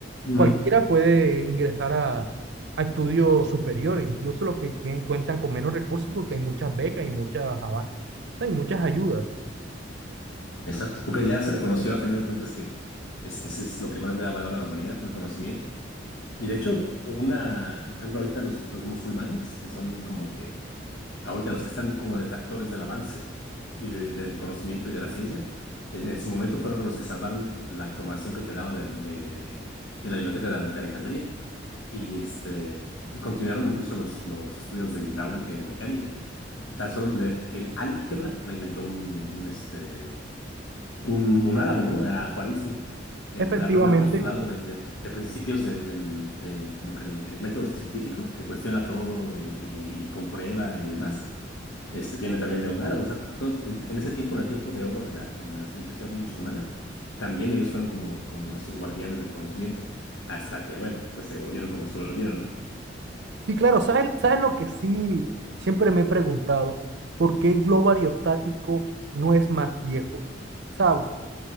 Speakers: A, on the left (about 85°); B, on the right (about 65°).
A: Ujú.
B: cualquiera puede ingresar a, a estudios superiores, incluso los que tienen cuentan con menos recursos porque hay muchas becas y muchas ava- o sea, hay muchas ayudas.
A: Exacto, porque ya se reconoció a final de cuentas que es- ese es lo que más le da valor a la humanidad, ¿no? El conocimiento. Y de hecho, una, por ejemplo, ahorita los, los musulmanes, que son como que ahorita los que están como detractores del avance y de- del conocimiento y de la ciencia, en, en su momento fueron los que salvaron la información que quedaba del- de, de la biblioteca de, de Alejandría y, este, y continuaron incluso los, los estudios de hidráulica y de mecánica. Tan solo le- el álgebra la inventó un, un, este, un, un árabe, ¿no? Al-Juarizmi. El
B: Efectivamente.
A: la primer postulado de, de- de principios de, del- de como que el, el método científico, que cuestiona todo y, y y comprueba y demás este, viene también de un árabe, o sea, to- en, en ese tiempo, en el tiempo de oro de la, de la civilización musulmana, también ellos fueron como, como estos guardianes del conocimiento, hasta que, bueno, pues se volvieron como se volvieron, ¿no?
B: Sí, claro, ¿sabes, sabes lo que sí siempre me he preguntado? ¿Por qué el globo aerostático no es más viejo? O sea,